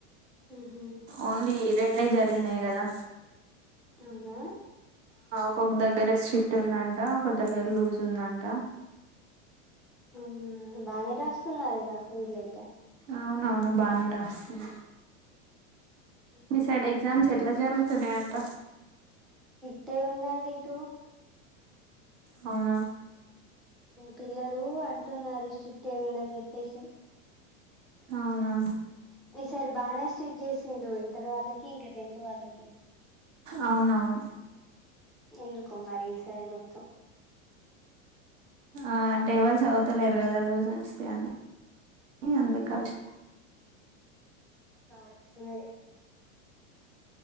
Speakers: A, in the centre; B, on the right.
A: ఉహు
B: ఓన్లీ రెండి ఎన్న జరిగినాయి కదా
A: అవునా
B: ఓక్క దగ్గర స్ట్రిట్ ఉందంట ఒక దగ్గర లూజ్ ఉందంట
A: మ్మ్ హ్మ్ బానే రాస్తున్నారుగా వీళ్లైతే
B: అవును బానే రాస్తున్నారు మీసైడ్
A: మ్మ్.
B: ఎగ్జామ్స్ ఎలా జరుగుతునాయి అంత
A: అట్టే ఎందాండి ఇటు
B: అవునా
A: పిల్లలు అంటున్నారు స్ట్రిక్ట్ ఏ ఉందని చెప్పేసి
B: అవునా
A: ఈ సారి బానే స్ట్రిక్ చేసిండ్రు ఇంటర్ వాళ్ళకి ఇంకా టెన్త్ వాళ్ళకి
B: అవునవును
A: ఎందుకు మరి ఈసారి మొత్తం
B: ఆ అంటే ఎవరు చదువివుతలేరు కదా లూజ్ ఉంచితే అని అందుకుచ్చ
A: కావచ్చు మరి